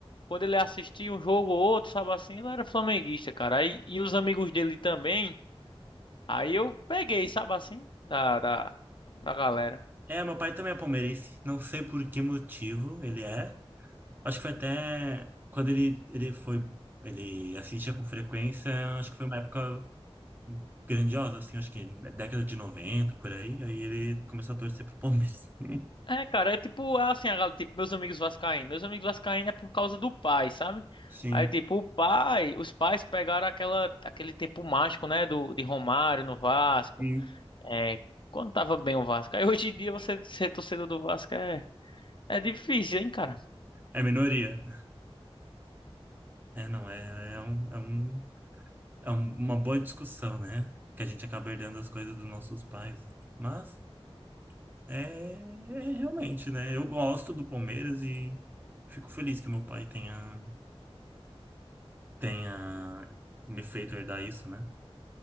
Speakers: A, on the left; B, on the right.
A: quando ele assistia um jogo ou outro, sabe assim, ele era flamenguista, cara. Aí, e os amigos dele também. Aí eu peguei, sabe assim, da, da, da galera.
B: É, meu pai também é palmeirense. Não sei por que motivo ele é. Acho que foi até quando ele, ele foi, ele assistia com frequência, acho que foi uma época grandiosa, assim, acho que década de 90 por aí. Aí ele começou a torcer pro Palmeiras. <laughs>
A: É, cara, é tipo, é assim, a gal- tipo, meus amigos vascaínos. Meus amigos vascaínos é por causa do pai, sabe?
B: Sim,
A: Aí, tipo, o pai, os pais pegaram aquela, aquele tempo mágico, né, do, de Romário no Vasco.
B: sim.
A: É, quando tava bem o Vasco. Aí hoje em dia você ser torcedor do Vasco é, é difícil, hein, cara?
B: É minoria. É, não, é, é um, é um, é um- uma boa discussão, né? Que a gente acaba herdando as coisas dos nossos pais. Mas é, é realmente, né? Eu gosto do Palmeiras e fico feliz que meu pai tenha. tenha me feito herdar isso, né?